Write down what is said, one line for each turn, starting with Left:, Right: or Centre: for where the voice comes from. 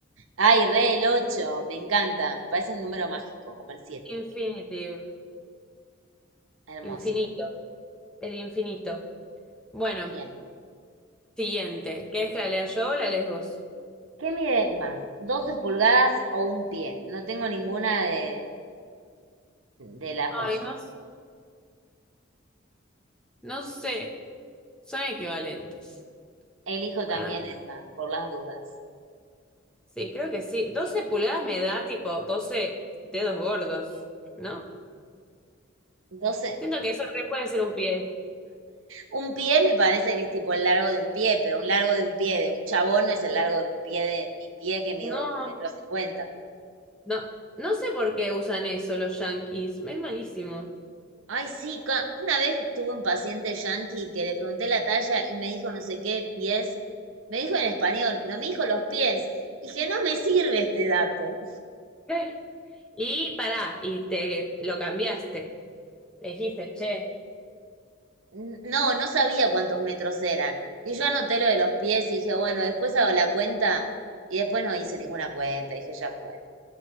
Right: Ay, re el 8, me encanta, me parece un número mágico, como el 7.
Centre: Infinitive.
Right: Hermoso.
Centre: Infinito. El infinito. Bueno,
Right: Bien.
Centre: siguiente. ¿Querés que la lea yo o la lees vos?
Right: ¿Qué mide más? Doce pulgadas o un pie? No tengo ninguna de, de las
Centre: Ay,
Right: dos.
Centre: no. s- No sé. Son equivalentes.
Right: Elijo
Centre: Para
Right: también
Centre: mí.
Right: esa, por las dudas.
Centre: Sí, creo que sí. 12 pulgadas me da tipo doce dedos gordos, ¿no?
Right: Doce.
Centre: Siento que eso re puede ser un pie.
Right: Un pie me parece que es tipo el largo de un pie, pero un largo de un pie de un chabón no es el largo del pie de mi pie que mido
Centre: No,
Right: un metro cincuenta.
Centre: no, no sé por qué usan eso los yankees. Es malísimo.
Right: Ay, sí, ca- una vez tuve un paciente yanqui que le pregunté la talla y me dijo no sé qué pies. Me dijo en español, pero me dijo los pies. Y que no me sirve este dato.
Centre: ¿Qué? Y pará, y te lo cambiaste. Le dijiste, che.
Right: N- No, no sabía cuántos metros eran. Y yo anoté lo de los pies y dije, bueno, después hago la cuenta. Y después no hice ninguna cuenta. Dije, ya fue.